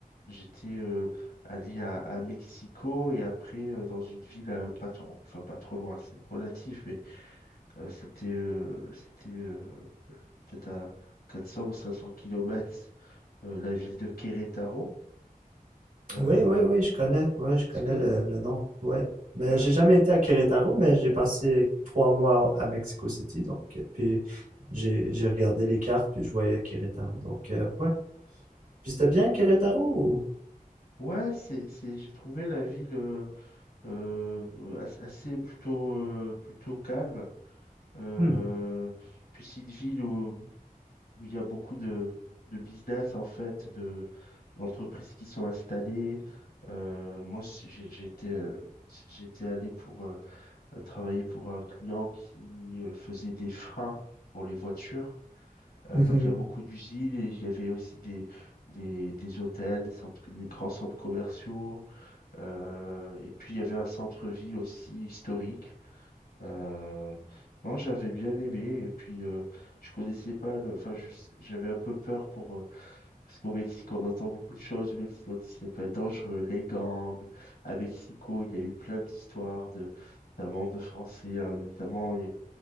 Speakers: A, on the left (about 80°); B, on the right (about 65°).
A: j'étais euh, allé à, à Mexico et après euh, dans une ville euh, pas trop, enfin pas trop loin, c'est relatif, mais euh, c'était euh, c'était euh, peut-être à 400 ou 500 kilomètres euh, la ville de Querétaro. Euh,
B: Oui, oui, oui, je connais, ouais, je connais
A: tu connais?
B: le, le nom, ouais. Mais
A: Hein
B: j'ai jamais été à Querétaro, mais j'ai passé trois mois à à Mexico City, donc euh, puis j'ai j'ai regardé les cartes, puis je voyais Querétaro, donc euh, ouais. Puis c'était bien
A: Hein.
B: Querétaro. ou-
A: Ouais, c'est, c'est, j'ai trouvé la ville euh, euh, as- assez plutôt, euh, plutôt calme. Euh,
B: Hmm.
A: puis c'est une ville où où il y a beaucoup de, de business, en fait, de, d'entreprises qui sont installées. Euh, moi, j'ai- j'étais, euh, j'étais allé pour euh, travailler pour un client qui euh, faisait des freins pour les voitures. Euh,
B: Mhm,
A: donc, il y a beaucoup d'usines et il y avait aussi des, des, des hôtels, des centres- des grands centres commerciaux. Euh, et puis, il y avait un centre-ville aussi historique. Euh, non, j'avais bien aimé et puis euh, je connaissais pas le. Enfin, je- j'avais un peu peur pour euh, parce qu'au Mexique on entend beaucoup de choses. au Mexique on dit c'est pas dangereux, les gangs. À Mexico, il y a eu plein d'histoires de notamment de Français, hein, notamment il y a